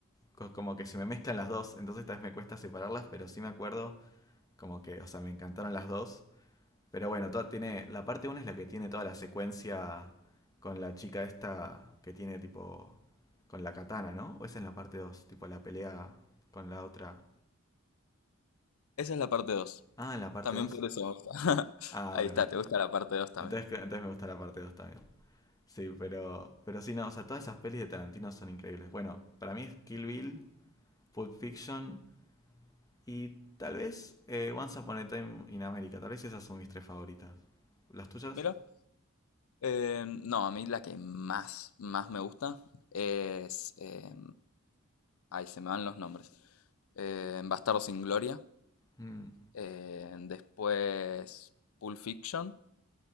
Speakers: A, on the left; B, on the left.
A: co- como que se me mezclan las dos, entonces tal vez me cuesta separarlas, pero sí me acuerdo, como que, o sea, me encantaron las dos. Pero bueno, todo tiene, la parte uno es la que tiene toda la secuencia con la chica esta que tiene tipo, con la katana, ¿no? O esa es en la parte dos tipo la pelea con la otra.
B: esa es la parte 2.
A: Ah, en la parte
B: También
A: 2.
B: por eso me gusta. <laughs>
A: Ah,
B: Ahí
A: bueno,
B: está,
A: ento-
B: te gusta la parte 2 también.
A: entonces, creo- entonces me gusta la parte 2 también. Sí, pero, pero sí, no, o sea, todas esas pelis de Tarantino son increíbles. Bueno, para mí es Kill Bill, Pulp Fiction y tal vez eh, Once Upon a Time in America. Tal vez esas son mis tres favoritas. ¿Las tuyas?
B: Mira. Eh, no, a mí la que más, más me gusta es... eh, ahí se me van los nombres. Eh, Bastardos sin Gloria.
A: Mm,
B: eh, después Pulp Fiction.